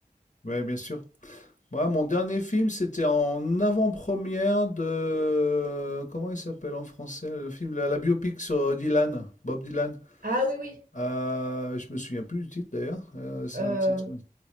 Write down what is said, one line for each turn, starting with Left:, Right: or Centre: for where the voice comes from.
Left: Ouais, bien sûr. Moi, mon dernier film, c'était en avant-première de... Comment il s'appelle en français? Le film, la, la biopic sur Dylan, Bob Dylan.
Right: ah oui, oui,
Left: Euh, je me souviens plus du titre d'ailleurs. Euh, c'est
Right: heu,
Left: un titre...